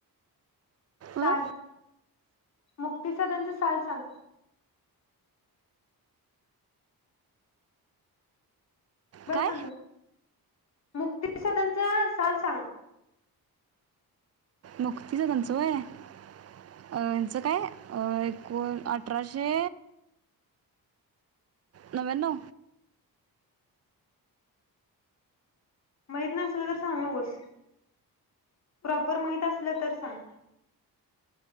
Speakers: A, on the left; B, on the right.
A: साल
B: अ
A: मुक्तसादांचा साल सांग बरताम.
B: काय
A: मुक्तसादनचा साल सांग.
B: मुक्तिसदन च वय. यांचं काय? अं को आठ आठराशे. नव्यांनो?
A: माहित नसल तर सांगुनगस, प्रॉपर माहित असलं तर सांग.